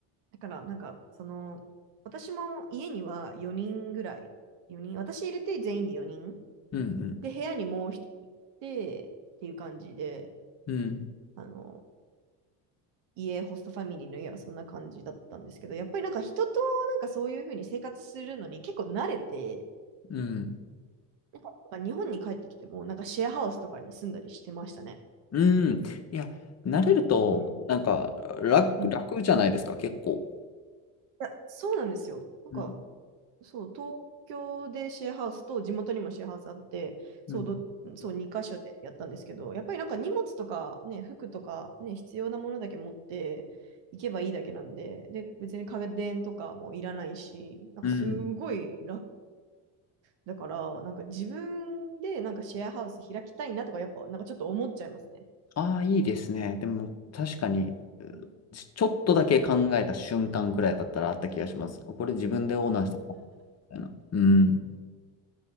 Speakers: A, on the right; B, on the left.
A: だからなんか、その、私も家には4人ぐらい、4人、私入れて全員で4人。
B: うん
A: で、部屋にもう一人いて、っていう感じで、
B: うん。うん。
A: あの、家、ホストファミリーの家はそんな感じだったんですけど、やっぱりなんか人となんかそういう風に生活するのに結構慣れて、
B: うん。
A: なんかなんか日本に帰ってきても、なんかシェアハウスとかに住んだりしてましたね。
B: うん。いや、慣れると、
A: うん。
B: なんか楽、
A: うん。
B: 楽じゃないですか、
A: い
B: 結構。
A: や、そうなんですよ。なんか、
B: うん。
A: そう、東京でシェアハウスと地元にもシェアハウスあって、そう、
B: うん。
A: ど、そう、2箇所でやったんですけど、やっぱりなんか荷物とかね、服とかね、必要なものだけ持って行けばいいだけなんで、で、別に家電とかもいらないし、なんかすごい楽
B: うん。
A: だから、なんか自分でなんかシェアハウス開きたいなとか、やっぱなんかちょっと思っちゃいますね。
B: ああ、いいですね。でも、確かに、
A: うん、
B: ちちょっとだけ考えた瞬間くらいだったらあった気がします。これ自分でオーナーしてたみたいな。うん。